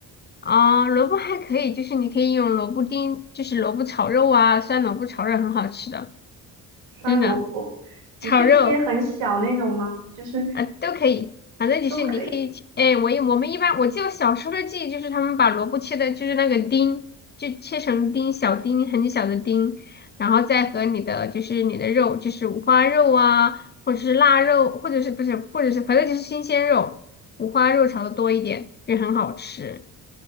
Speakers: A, on the left; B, on the right.
A: 哦，萝卜还可以，就是你可以用萝卜丁，就是萝卜炒肉啊，酸萝卜炒肉很好吃的，
B: 酸萝卜，
A: 真的，
B: 你是切很小那种吗？
A: 炒肉。
B: 就是
A: 啊，都可以，反正就是你可以去，
B: 都可以。
A: 哎，我一我们一般，我记得我小时候的记忆就是他们把萝卜切的，就是那个丁，就切成丁，小丁，很小的丁，然后再和你的就是你的肉，就是五花肉啊，或者是腊肉，或者是不是，或者是反正就是新鲜肉，五花肉炒的多一点，就很好吃。